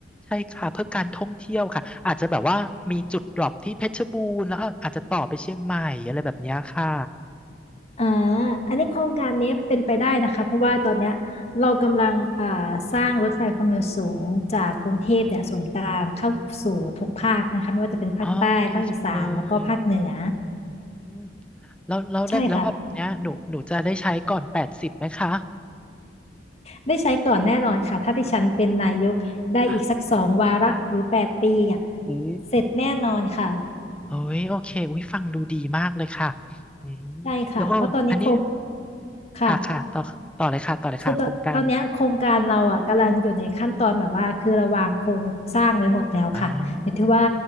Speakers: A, in the centre; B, on the left.
A: ใช่ค่ะเพื่อการท่องเที่ยวค่ะอาจจะแบบว่ามีจุดดรอปที่เพชรบูรณ์แล้วอาจจะต่อไปเชียงใหม่อะไรแบบเนี้ยค่ะ
B: อ่าอันนี้โครงการนี้เป็นไปได้นะคะเพราะว่าตอนเนี้ยเรากำลังอ่าสร้างรถไฟความเร็วสูงจากกรุงเทพเนี่ยศูนย์กลางเข้าสู่ทุกภาคนะคะไม่ว่าจะเป็นภาคใต้ภาคอีสาน
A: อ๋อดีจังเลย
B: แล้วก็ภาคเหนือ
A: อืมแล้วแล้วแล้วแล้วแบบเนี้ยหนูหนูจะได้ใช้ก่อนแปดสิบไหมคะ
B: ใช่ค่ะได้ใช้ก่อนแน่นอนค่ะถ้าดิฉันเป็นนายกได้อีกสักสองวาระหรือแปดปีเนี่ย
A: อะอู้
B: เสร็จแน่นอนค่ะ
A: เอ้ยโอเคอุ้ยฟังดูดีมากเลยค่ะอืมแล้วเอออันนี้
B: ใช่ค่ะเพราะตอนนี้โครงค่ะ
A: ค่ะค่ะต่อต่อเลยค่ะต่อเลยค่ะโครงการ
B: คือตอนตอนเนี้ยโครงการเราอ่ะกำลังอยู่ในขั้นตอนแบบว่าคือเระวางโครงสร้างไว้หมดแล้วค่ะอยู่ที่ว่า
A: อ้าว